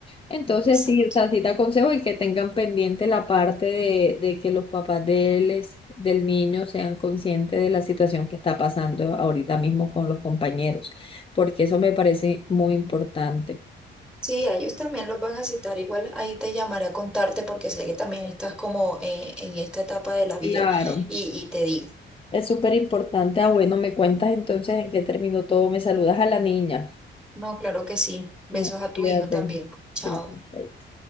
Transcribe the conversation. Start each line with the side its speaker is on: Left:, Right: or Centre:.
Left: Entonces
Centre: Exacto.
Left: sí, o sea, sí te aconsejo y que tengan pendiente la parte de, de que los papás de él es- del niño sean conscientes de la situación que está pasando ahorita mismo con los compañeros, porque eso me parece muy importante.
Centre: Sí, a ellos también los van a citar. Igual ahí te llamaré a contarte porque sé que también estás como eh, en esta etapa de la vida
Left: Claro,
Centre: y, y te digo.
Left: es súper importante. Ah, bueno, me cuentas entonces en qué terminó todo. Me saludas a la niña.
Centre: No, claro que sí. Besos
Left: Mm,
Centre: a tu
Left: Cuídate.
Centre: hijo también. Chao.
Left: Claro, chaito.